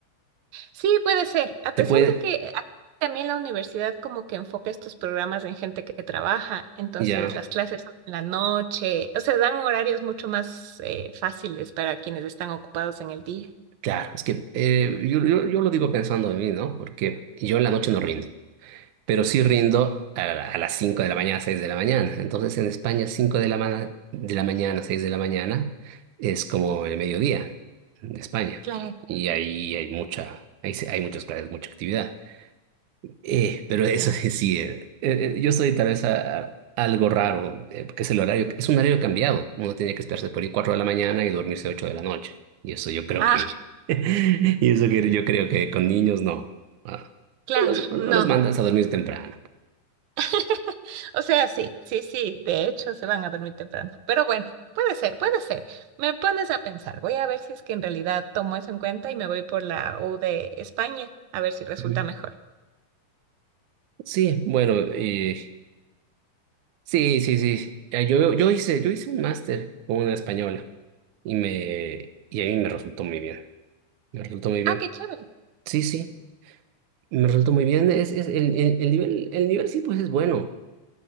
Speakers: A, on the right; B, on the right.
A: Sí, puede ser. A pesar
B: Te puede,
A: de que eh, también la universidad como que enfoca estos programas en gente que trabaja, entonces
B: ya,
A: las clases son en la noche, o sea, dan horarios mucho más eh, fáciles para quienes están ocupados en el día.
B: claro, es que eh, yo, yo, yo lo digo pensando en mí, ¿no? Porque yo en la noche
A: Ah,
B: no rindo. pero sí rindo a, la- a las 5 de la mañana, 6 de la mañana. Entonces en España 5 de la, ma- de la mañana, 6 de la mañana es como el mediodía de España.
A: claro,
B: Y ahí hay mucha, ahí se- hay muchas clases, mucha actividad. Eh, pero eso
A: sí.
B: <laughs> sí, sí, eh, eh, yo soy tal vez a- a- algo raro, eh, porque es el horario, es un horario cambiado. Uno tiene que esperarse por ahí 4 de la mañana y dormirse 8 de la noche. Y eso yo creo
A: Ah,
B: que, <laughs> y eso que yo creo que con niños no. Ah,
A: claro,
B: no los, no
A: no.
B: los mandas a dormir temprano.
A: <laughs> O sea, sí, sí, sí, de hecho se van a dormir temprano. Pero bueno, puede ser, puede ser. Me pones a pensar. Voy a ver si es que en realidad tomo eso en cuenta y me voy por la U de España, a ver si resulta
B: Ujú.
A: mejor.
B: Sí, bueno, eh, sí, sí, sí. Eh, Yo, yo hice, yo hice un máster con una española y me, y a mí me resultó muy bien. Me resultó muy bien.
A: Ah, qué chévere.
B: Sí, sí, me resultó muy bien. Es, es el, el, el nivel, el nivel sí, pues es bueno.